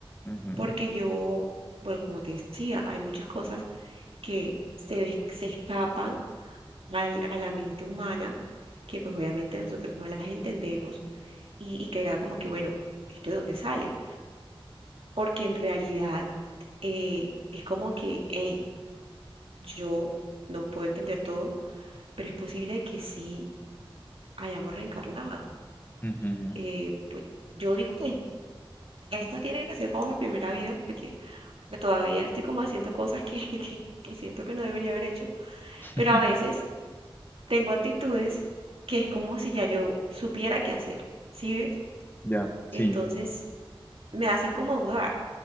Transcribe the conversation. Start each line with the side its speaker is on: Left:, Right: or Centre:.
Left: ujú,
Right: Porque yo, bueno, como te decía, hay muchas cosas que se, es- se escapan al- a la mente humana, que pues obviamente nosotros no las entendemos y, y queda como que, bueno, ¿esto de dónde sale? porque en realidad eh, es como que, hey, yo no puedo entender todo, pero es posible que sí hayamos reencarnado.
Left: ujú,
Right: Eh,
Left: <laughs>
Right: pues yo digo que esta tiene que ser como mi primera vida porque todavía estoy como haciendo cosas que, <laughs> que, que siento que no debería haber hecho, pero
Left: ujú.
Right: a veces tengo actitudes que es como si ya yo supiera qué hacer, ¿sí ves?
Left: Ya, sí.
Right: Entonces me hacen como dudar.